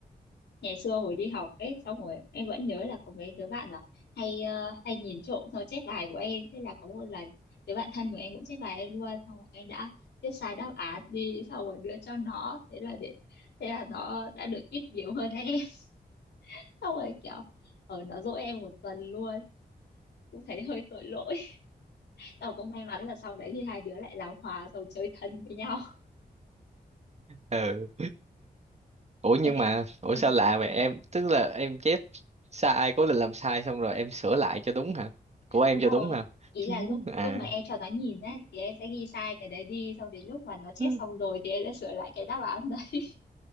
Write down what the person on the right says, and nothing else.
ừ ủa nhưng
mà ủa sao
lạ vậy em tức là em chép sai cố định làm sai xong rồi em sửa lại cho đúng hả của em
cho
đúng hả
Chứ-
à
ừ,